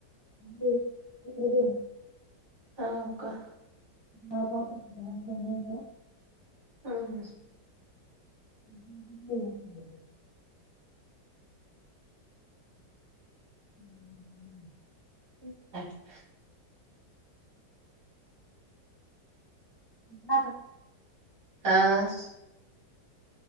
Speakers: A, on the left (about 25°); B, on the right (about 65°).
A: हम्म. <unintelligible>
B: हा होका.
A: <unintelligible>
B: हम्म.
A: <unintelligible> <unintelligible>
B: <unintelligible>
A: टाका.
B: आ.